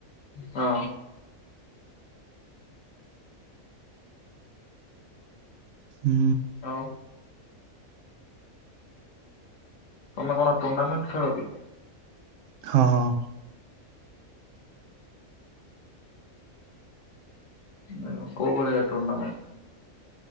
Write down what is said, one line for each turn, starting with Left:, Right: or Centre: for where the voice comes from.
Left: ହଁ
Right: ହୁଁ
Left: ଆଉ ତମେ କଣ ଟୁର୍ଣ୍ଣାମେଣ୍ଟ ଖେଳ କି?
Right: ହଁ, ହଁ।
Left: <unintelligible> କୋଉ ଭଳିଆ ଟୁର୍ଣ୍ଣାମେଣ୍ଟ?